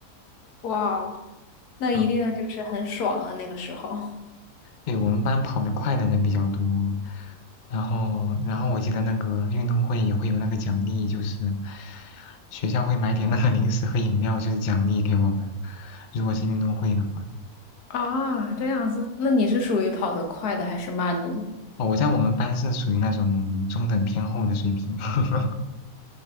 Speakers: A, on the left; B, on the left.
A: 哇，那一定就是很爽啊，
B: 嗯，
A: 那个时候。<laughs>
B: 对，我们班跑得快的人比较多，然后，然后我记得那个运动会也会有那个奖励，就是学校会买点那个零食和饮料，就是奖励给我们。如果是运动会的话，
A: 啊，这样子，那你是属于跑得快的还是慢的呢？
B: 哦，我在我们班是属于那种中等偏后的水平，<laughs>